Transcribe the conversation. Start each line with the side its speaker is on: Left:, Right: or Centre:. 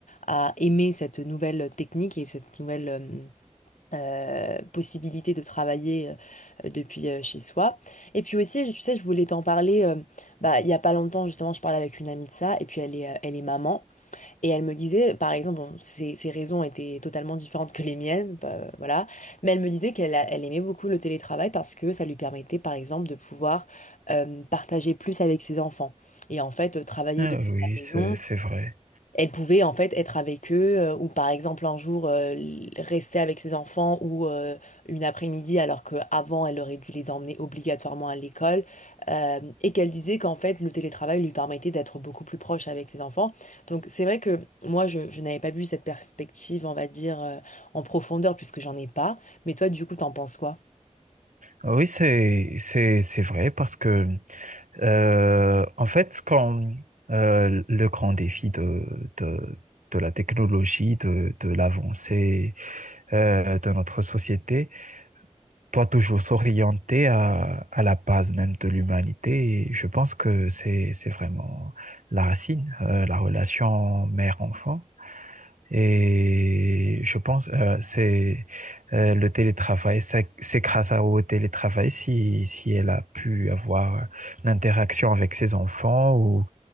Left: à aimer cette nouvelle technique et cette nouvelle, euh, euh, possibilité de travailler euh, depuis euh, chez soi. Et puis aussi, je- tu sais, je voulais t'en parler, euh, bah, il y a pas longtemps, justement, je parlais avec une amie de ça, et puis elle est, euh, elle est maman, et elle me disait, par exemple, bon, ses, ses raisons étaient totalement différentes que les miennes, bah, euh, voilà, mais elle me disait qu'elle a- elle aimait beaucoup le télétravail parce que ça lui permettait, par exemple, de pouvoir euh, partager plus avec ses enfants. Et en fait, euh, travailler
Right: Ah
Left: depuis
Right: oui,
Left: sa
Right: c'est
Left: maison,
Right: c'est vrai.
Left: elle pouvait en fait être avec eux euh, ou par exemple un jour euh, l- rester avec ses enfants ou euh, une après-midi alors qu'avant elle aurait dû les emmener obligatoirement à l'école euh, et qu'elle disait qu'en fait le télétravail lui permettait d'être beaucoup plus proche avec ses enfants. Donc c'est vrai que moi je, je n'avais pas vu cette perspective on va dire euh, en profondeur puisque j'en ai pas mais toi du coup t'en penses quoi?
Right: Ah Oui, c'est, c'est, c'est vrai parce que, euh, en fait, quand euh, le grand défi de, de, de la technologie, de, de l'avancée euh, de notre société, Toi, toujours s'orienter à, à la base même de l'humanité, et je pense que c'est, c'est vraiment la racine, euh, la relation mère-enfant. Et je pense euh, c'est euh, le télétravail, c'est c'est grâce à- au télétravail si, si elle a pu avoir l'interaction avec ses enfants ou